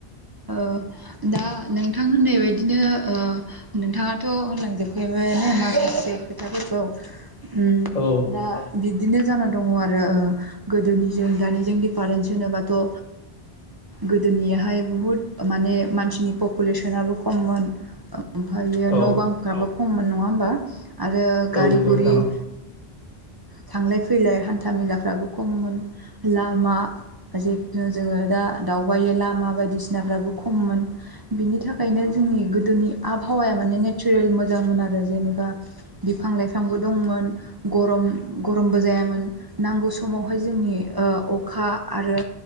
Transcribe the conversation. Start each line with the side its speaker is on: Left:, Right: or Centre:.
Right: ओ दा नोंथां होननाय बायदिनो ओ नोंथाङाथ' होनोलांजोबखाबायानो माखासे खोथाफोरखौ उम
Left: औ
Right: दा बि दिनो जाना दङ आरो गोदोनिजों दानिजों दिफारेन्स होनोबाथ' ओ गोदोनियाहाय बुहुद माने मानसिनि पपुलेसनाबो खममोन, ओमफ्रायो
Left: औ
Right: न' बांफ्राबो खममोन नङा होमबा। आरो गारि
Left: औ नंगौ
Right: गुरि
Left: नोंथां
Right: ओ थांलाय फैलाय हान्था मेलाफ्राबो खममोन, लामा जिखुनु जोङो दा दावबायो लामा बायदिसि फ्राबो खममोन, बिनि थाखायनो जोंनि गोदोनि आबहावाया माने नेचारेल मोजांमोन आ रो जेनेबा बिफां लाइफांबो दंमोन, गरम गरमबो जायामोन नांगौ समावहाय जोंनि ओ अखा आरो